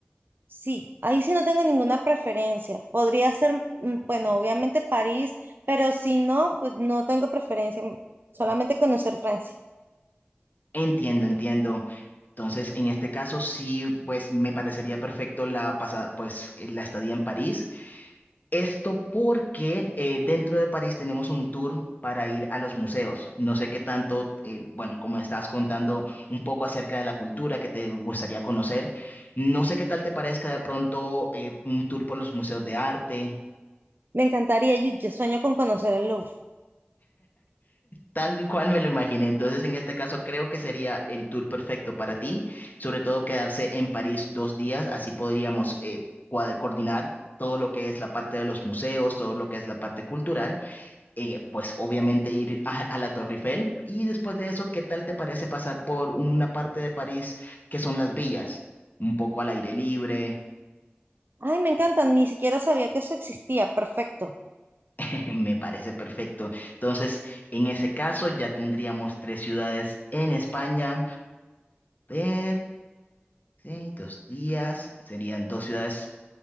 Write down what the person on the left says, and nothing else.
Entiendo, entiendo. Entonces, en este caso sí, pues me parecería perfecto la pasada, pues eh, la estadía en París. Esto porque eh, dentro de París tenemos un tour para ir a los museos. No sé qué tanto, eh, bueno, como estás contando un poco acerca de la cultura que te gustaría conocer, no sé qué tal te parezca de pronto eh, un tour por los museos de arte.
Tal cual me lo imaginé. Entonces, en este caso, creo que sería el tour perfecto para ti, sobre todo quedarse en París dos días, así podríamos eh, cuad- coordinar todo lo que es la parte de los museos, todo lo que es la parte cultural, eh, pues obviamente ir a, a la Torre Eiffel y después de eso, ¿qué tal te parece pasar por una parte de París que son las villas? Un poco al aire libre,
<laughs> me parece perfecto. Entonces, en ese caso, ya tendríamos tres ciudades en España. Ver, Sí, dos días, serían dos ciudades